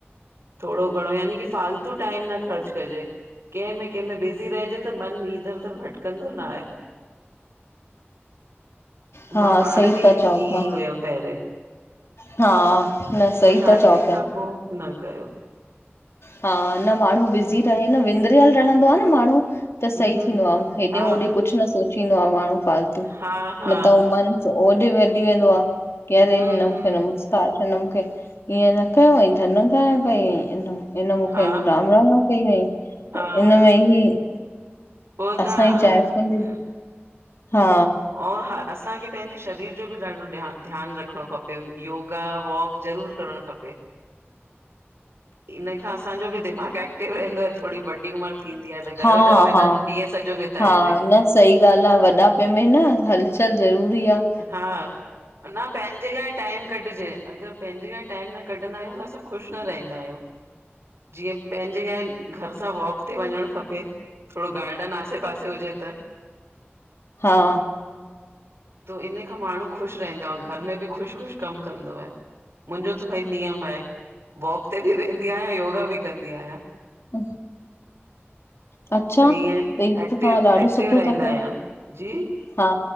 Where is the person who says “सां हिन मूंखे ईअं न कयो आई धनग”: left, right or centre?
Left